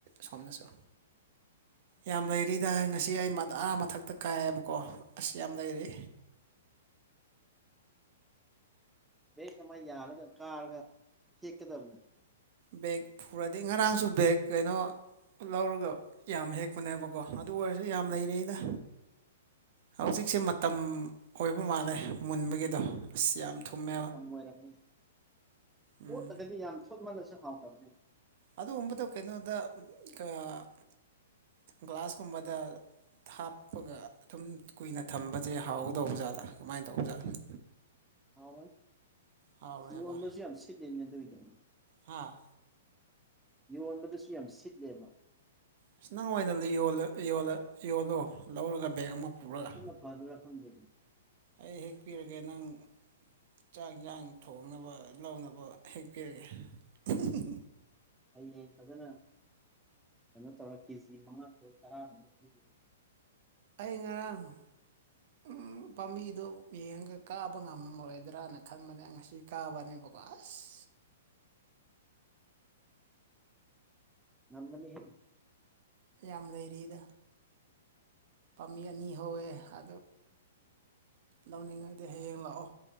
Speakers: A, on the right (about 45°); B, in the centre.
A: ꯁꯣꯝꯗꯁꯨ ꯌꯥꯝ ꯂꯩꯔꯤꯗ ꯉꯁꯤ ꯑꯩ ꯃꯗꯥ ꯃꯊꯛꯇ ꯀꯥꯏꯌꯦꯕꯀꯣ ꯑꯁ ꯌꯥꯝ ꯂꯩꯔꯤ
B: ꯕꯦꯒ ꯑꯃ ꯌꯥꯜꯂꯒ ꯀꯥꯔꯒ ꯍꯦꯛꯀꯗꯕꯅꯤ꯫
A: ꯕꯦꯒ ꯄꯨꯔꯗꯤ ꯉꯔꯥꯡꯁꯨ ꯕꯦꯒ ꯀꯩꯅꯣ ꯂꯧꯔꯒ ꯌꯥꯝ ꯍꯦꯛꯄꯅꯦꯕꯀꯣ ꯑꯗꯨ ꯑꯣꯏꯔꯁꯨ ꯌꯥꯝ ꯂꯩꯔꯤꯗ꯫ ꯍꯧꯖꯤꯛꯁꯦ ꯃꯇꯝ ꯑꯣꯏꯕ ꯃꯥꯜꯂꯦ ꯃꯨꯟꯕꯒꯤꯗꯣ꯫ ꯑꯁ ꯌꯥꯝ ꯊꯨꯝꯃꯦ
B: ꯃꯇꯝ ꯑꯣꯏꯔꯝꯃꯤ
A: ꯎꯝ
B: ꯑꯣꯠꯂꯒꯗꯤ ꯌꯥꯝ ꯊꯣꯠꯃꯜꯂꯁꯨ ꯍꯥꯎꯇꯕꯅꯤ
A: ꯑꯗꯨꯒꯨꯝꯕꯗ ꯀꯩꯅꯣꯗ ꯑ ꯒ꯭ꯂꯥꯁꯀꯨꯝꯕꯗ ꯊꯥꯞꯄꯒ ꯑꯗꯨꯝ ꯀꯨꯏꯅ ꯊꯝꯕꯁꯦ ꯍꯥꯎꯍꯧꯗꯧꯕꯖꯥꯠꯂꯥ ꯀꯃꯥꯏꯅ ꯇꯧꯕ ꯖꯥꯠꯂ
B: ꯍꯥꯎꯔꫭꯏ
A: ꯍꯥꯎꯔꯣꯏꯕ
B: ꯌꯣꯟꯕꯁꯨ ꯌꯥꯝ ꯁꯤꯠꯂꯤꯅꯦ ꯑꯗꯨꯏꯗꫭ
A: ꯍꯥ
B: ꯌꯣꯟꯕꯗꯁꯨ ꯌꯥꯝ ꯁꯤꯠꯂꯦꯕ
A: ꯑꯁ ꯅꯪ ꯑꯣꯏꯅ ꯂꯤꯌꯣꯜꯂ ꯌꯣꯜꯂ ꯌꯣꯜꯂꯣ ꯂꯧꯔꯒ ꯕꯦꯒ ꯑꯃ ꯄꯨꯔꯒ
B: ꯑꯗꯨꯅ ꯐꯥꯗꯨꯔ ꯈꯪꯗꯦꯅꯤ
A: ꯑꯩ ꯍꯦꯛꯄꯤꯔꯒꯦ ꯅꯪ ꯆꯥꯛ ꯌꯦꯟꯁꯥꯡ ꯊꯣꯡꯅꯕ ꯂꯧꯅꯕ ꯍꯦꯛꯄꯤꯔꯒꯦ <unintelligible>
B: ꯍꯌꯦꯡ ꯐꯖꯅ ꯀꯩꯅꯣ ꯇꯧꯔꯒ ꯀꯦ ꯖꯤ ꯃꯉꯥ ꯇꯔꯨꯛ ꯇꯔꯥꯃꯨꯛ <unintelligible>
A: ꯑꯩ ꯉꯔꯥꯡ ꯎꯝ ꯄꯥꯝꯕꯤꯗꯨ ꯌꯦꯡꯉꯒ ꯀꯥꯕ ꯉꯝꯃꯣꯏꯗ꯭ꯔꯅ ꯈꯟꯕꯅꯦ ꯉꯁꯤ ꯀꯥꯕꯅꯦꯀꯣ ꯀ ꯑꯁ
B: ꯉꯝꯕꯅꯤꯍꯦ꯫
A: ꯌꯥꯝ ꯂꯩꯔꯤꯗ ꯄꯥꯝꯕꯤ ꯑꯅꯤ ꯍꯧꯋꯦ ꯑ ꯂꯧꯅꯤꯡꯉꯥꯏꯗꯤ ꯍꯌꯦꯡ ꯂꯥꯛꯑꯣ